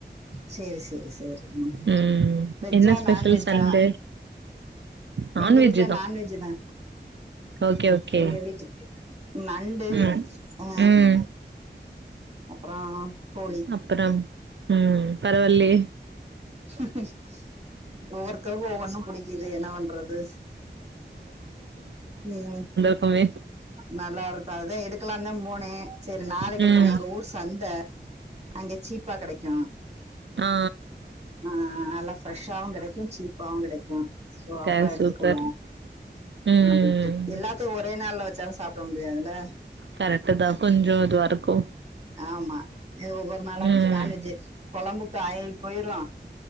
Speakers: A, on the right (about 35°); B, on the right (about 80°).
A: சேரி சேரி சேரி மா
B: ம்
A: வெஜ்ஜா
B: என்ன ஸ்பெஷல்
A: நான்வெஜ்ஜா
B: சண்டே நான்வெஜ்
A: எங்க வீட்ல
B: தா
A: நான்வெஜ்ஜு தா
B: ஓகே ஓகே
A: எங்க வீட்டு நண்டு
B: ம்
A: அ
B: ம்
A: அப்பறொ கோழி
B: அப்பறம் ம் பரவால்லெயே
A: <unintelligible> ஒவ்வொருத்தர்க்கு ஒவ்வொன்னு புடிக்கிது என்ன வண்றது ம்
B: அவெ
A: நல்லா இருக்கு அதா எடுக்கலான்ந்தா போனே செரி நாளக்கி
B: ம்
A: எடுத்துக்குவொ எங்க ஊர் சந்த அங்கெ சீப்பா கெடைக்கு
B: ஆ
A: ஆ நல்லா ஃப்ரெஷ்ஷாவு கெடைக்கு சீப்பாவு கெடைக்கு சோ அப்ப
B: ஆ
A: எடுத்துக்குவோ
B: சூப்பர் ம்
A: அப்டின்ட்டு எல்லாத்தையு ஒரே நாள்ல வச்சாலு சாப்ட முடியாதுல
B: கரெட்டு தா கொஞ்சொ இதுவா இருக்கு
A: ஆமா இது ஒவ்வொரு நாளா
B: ம்
A: நான்வெஜ்ஜு கொழம்புக்கு ஆயி போயிரு